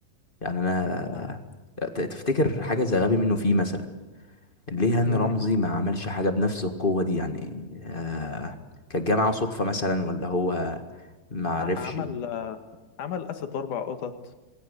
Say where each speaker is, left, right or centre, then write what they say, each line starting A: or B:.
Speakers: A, on the left (about 25°); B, on the left (about 75°).
A: يعني انا
B: ما
A: آه، ت- تفتكر حاجه زي غبي منه فيه مثلا ليه هاني
B: مم.
A: رمزي ما عملش حاجه بنفس القوه دي يعني آه كانت جايه معاه صدفه مثلا ولا هو ما عرفش
B: لا، عمل آه، عمل اسد واربع قطط